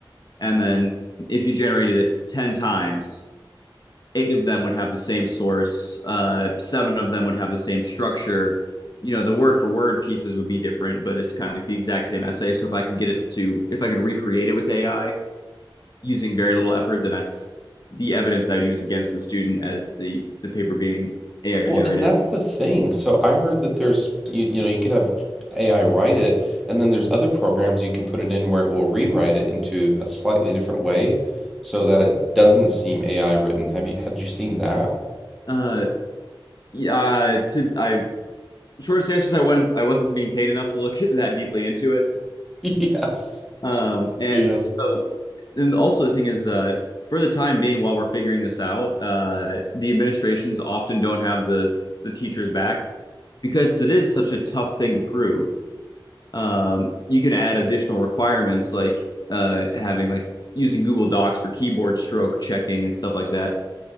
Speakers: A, on the left (about 50°); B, in the centre.
A: and then if you generated it ten times, eight of them would have the same source, uh, seven of them would have the same structure. You know, the word for word pieces would be different, but it's kind of like the exact same essay. So if I could get it to, if I could recreate it with AI using very little effort, then that's the evidence I'd use against the student as the the paper being AI
B: well,
A: generated.
B: and that's the thing. So I heard that there's you you know you could have AI write it, and then there's other programs you can put it in where it will rewrite it into a slightly different way, so that it doesn't seem AI written. Have you had you seen that?
A: Uh, yeah, to I shortest answer is I wasn't I wasn't being paid enough to look <laughs> that deeply into it.
B: <laughs> yes.
A: Um, and
B: Yeah.
A: so, and also the thing is, uh, for the time being, while we're figuring this out, uh, the administrations often don't have the the teachers back because it is such a tough thing to prove. Um, you can add additional requirements like uh, having like using Google Docs for keyboard stroke checking and stuff like that.